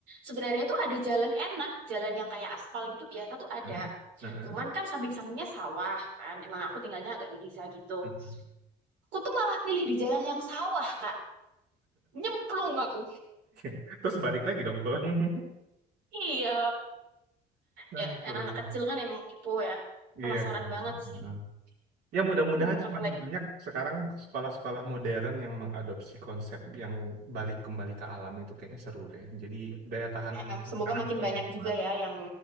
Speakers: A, on the right; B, on the right.
A: Sebenarnya tuh ada jalan enak, jalan yang kayak aspal gitu biasa tuh ada.
B: Hmm? Heeh.
A: Cuman kan samping-sampingnya sawah kan. Emang aku tinggalnya agak di desa gitu.
B: Heeh.
A: Aku tuh malah pilih di jalan yang sawah, Kak. Nyemplung aku.
B: <laughs> Terus balik lagi dong pulang. <laughs>
A: Iya.
B: Nah,
A: Ya,
B: Terus.
A: yang anak kecil kan emang kepo ya.
B: Iya.
A: Penasaran
B: kan.
A: banget sih.
B: Heeh. Ya mudah-mudahan
A: Hmm,
B: semakin
A: apalagi
B: banyak sekarang sekolah-sekolah modern yang mengadopsi konsep yang balik kembali ke alam itu kayaknya seru deh. Jadi daya tahan
A: ya, eh,
B: anak-anak
A: semoga makin
B: itu lebih
A: banyak
B: kuat.
A: juga ya yang